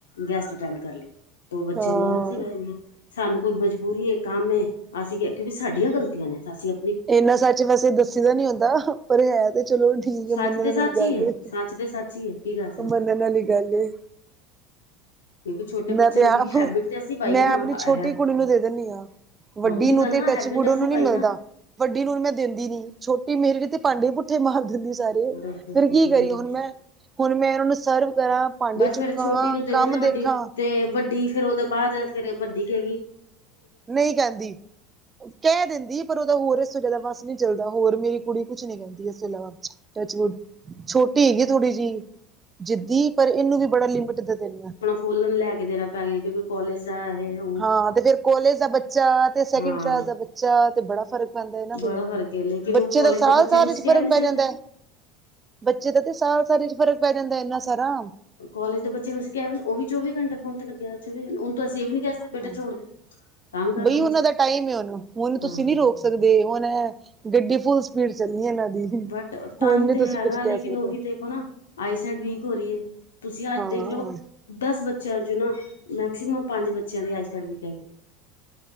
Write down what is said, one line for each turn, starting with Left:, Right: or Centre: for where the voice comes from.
Left: ਗੈਸਟ ਅਟੈਂਡ ਕਰ ਲੈ ਤੋਂ ਬੱਚਿਆਂ
Right: ਹਾਂ
Left: ਨੂੰ ਆਦਤ ਸੀ ਪੈਗੀ ਏ ਸਾਨੂੰ ਕੋਈ ਮਜਬੂਰੀ ਏ। ਕੰਮ ਏ ਅਸੀਂ ਕਿਉਂਕਿ ਸਾਡੀਆਂ ਗਲਤੀਆਂ ਨੇ ਅਸੀ ਅ
Right: ਇੰਨਾ ਸੱਚ ਵੈਸੇ ਦੱਸੀ ਦਾ ਨੀ ਹੁੰਦਾ ਪਰ ਹੈ ਤੇ ਚਲੋ ਠੀਕ ਐ
Left: ਸੱਚ
Right: ਮੰਨਣ
Left: ਤੇ ਸੱਚ
Right: ਨਾਲੀ ਗੱਲ
Left: ਹੀ ਹੈ
Right: ਏ।
Left: ਸੱਚ ਤੇ ਸੱਚ ਹੀ ਹੈ ਕੀ ਕਰ ਸਕਦੇ
Right: ਮਨੰਣ ਆਲੀ ਗੱਲ ਏ।
Left: ਕਿਉਂਕਿ ਛੋਟੇ
Right: ਮੈਂ
Left: ਬੱਚਿਆਂ
Right: ਤੇ
Left: ਨੂੰ
Right: ਆਪ
Left: ਕਿਉਂ ਹੈਬਿਟ ਤੇ ਅਸੀਂ ਪਾਈ
Right: ਮੈਂ
Left: ਨਾ
Right: ਆਪਣੀ ਛੋਟੀ
Left: ਹੈ।
Right: ਕੁੜੀ ਨੂੰ ਦੇ ਦਿੰਦੀ ਹਾਂ ਵੱਡੀ
Left: ਹਾਂ ਉਹੀ
Right: ਨੂੰ
Left: ਗੱਲ
Right: ਤੇ
Left: ਨਾ
Right: ਟੱਚਵੁਡ
Left: ਹੈਬਿਟਸ
Right: ਉਹਨੂੰ
Left: ਹੀ
Right: ਨੀ
Left: ਪਾਈ
Right: ਮਿਲਦਾ
Left: ਨਾ।
Right: ਵੱਡੀ ਨੂੰ ਮੈਂ ਦਿੰਦੀ ਨੀ ਛੋਟੀ ਮੇਰੇ ਤੇ ਭਾਂਡੇ ਪੁੱਠੇ ਮਾਰ ਦਿੰਦੀ ਸਾਰੇ
Left: ਬਸ- ਬਸ-ਬਸ
Right: ਫਿਰ ਕੀ
Left: ਉਹੀ
Right: ਕਰੀ
Left: ਗੱਲ
Right: ਹੁਣ
Left: ਹੀ।
Right: ਮੈਂ ਹੁਣ ਮੈਂ ਇਹਨਾਂ ਨੂੰ ਸਰਵ ਕਰਾਂ ਭਾਂਡੇ
Left: ਬਸ
Right: ਚੁੱਕਾਂ
Left: ਫਿਰ ਛੋਟੀ ਨੂੰ ਦੇ
Right: ਕੰਮ
Left: ਦਿੰਨੇ ਵੱਡੀ
Right: ਦੇਖਾਂ
Left: ਤੇ ਵੱਡੀ ਫਿਰ ਉਹਦੇ ਬਾਅਦ ਸਵੇਰੇ ਵੱਡੀ ਕਹਿ ਗਈ।
Right: ਨਹੀਂ ਕਹਿੰਦੀ ਕਹਿ ਦਿੰਦੀ ਪਰ ਉਹਦਾ ਹੋਰ ਇਸ ਸੋ ਜਿਆਦਾ ਵੱਸ ਨਹੀਂ। ਚੱਲਦਾ ਹੋਰ ਮੇਰੀ ਕੁੜੀ ਕੁਛ ਨੀ ਕਹਿੰਦੀ ਇਸ ਤੋ ਇਲਾਵਾ ਟੱਚਵੁੱਡ ਛੋਟੀ ਹੈਗੀ ਥੋੜੀ ਜਿਹੀ ਜਿੱਦੀ ਪਰ ਇਹਨੂੰ ਵੀ ਬੜਾ ਲਿਮਿਟ ਦੇ ਦੇਣੀ ਆ।
Left: ਫੋਨ ਲੈ ਕੇ ਦੇਣਾ ਪੈ ਗਿਆ ਕਿਉਂਕਿ ਕੋਲਜ ਜਾਏ ਓਹ
Right: ਹਾਂ ਤੇ ਫੇਰ ਕੋਲੇਜ ਦਾ ਬੱਚਾ ਤੇ ਸੈਕਿੰਡ
Left: ਹਾਂ
Right: ਕਲਾਸ ਦਾ ਬੱਚਾ ਤੇ ਬੜਾ ਫਰਕ ਪੈਂਦਾ ਹੈ ਨਾ ਬਈ
Left: ਬੜਾ ਫ਼ਰਕ ਹੈ ਲੇਕਿਨ
Right: ਬੱਚੇ
Left: ਉਹ ਕੋਲਜ
Right: ਦਾ ਸਾਲ,
Left: ਦੇ ਬੱਚੇ
Right: ਸਾਲ
Left: ਨੂੰ ਅਸੀਂ
Right: ਚ
Left: ਕਹਿ
Right: ਫ਼ਰਕ
Left: ਵੀ ਨਹੀਂ
Right: ਪੈ
Left: ਸਕਦੇ
Right: ਜਾਂਦਾ ਹੈ। ਬੱਚੇ ਦਾ ਤੇ ਸਾਲ ਸਾਲ ਚ ਫ਼ਰਕ ਪੈ ਜਾਂਦਾ ਇਨਾ ਸਾਰਾ।
Left: ਕੋਲੇਜ ਦੇ ਬੱਚੇ ਨੂੰਸੀਂ ਕਿਹਾ ਵੀ ਉਹ ਵੀ ਚੌਵੀ ਘੰਟ ਫੋਨ ਤੇ ਲੱਗਿਆ ਚੌਵੀ ਘੰਟ ਹੁੂੰ ਅਸੀਂ ਇਹ ਵੀ ਨੀ ਕਹ ਸਕਦੇ। ਬੇਟਾ
Right: ਹਾਂ
Left: ਛੋੜ ਦੇ ਕੰਮ ਕਰ
Right: ਬਈ
Left: ਰਹਾ ਮੁਝੇ
Right: ਉਹਨਾਂ ਦਾ ਟਾਈਮ ਹੈ, ਉਹਨੂੰ ਉਹਨੂੰ ਤੁਸੀਂ
Left: ਹਾਂ
Right: ਨੀ ਰੋਕ ਸਕਦੇ। ਦੇ ਹੁਣ ਗੱਡੀ ਫੁੱਲ ਸਪੀਡ ਚੱਲੀ ਹੈ ਇਹਨਾਂ ਦੀ।
Left: ਬਟ ਟਾਈਮ
Right: ਹੁਣ ਨੀ
Left: ਤੇ ਹੈਗਾ,
Right: ਤੁਸੀਂ ਕੁਛ
Left: ਲੇਕਿਨ
Right: ਕਹਿ ਸਕਦੇ
Left: ਉਹੀ ਦੇਖੋ ਨਾ ਆਈਸਾਈਡ ਵੀਕ ਹੋ ਰਹੀ ਹੈ। ਤੁਸੀਂ ਅੱਜ
Right: ਹਾਂ।
Left: ਦੇਖਲਓ। ਦਸ ਬੱਚਿਆਂ ਚ ਨਾ ਮੈਕਸੀਮਮ ਪੰਜ ਬੱਚਿਆਂ ਦੀ ਆਈ ਸਡ ਵੀਕ ਹੈਗੀ।